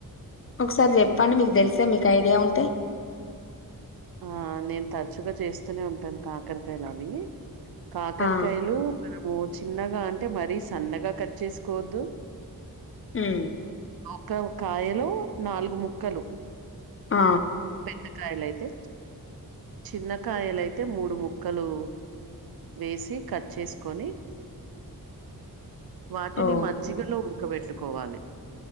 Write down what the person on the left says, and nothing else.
ఒకసారి చెప్పండి మీకు తెలిసే మీకు ఐడియా ఉంటే
ఆ
హ్మ్
అ
ఓ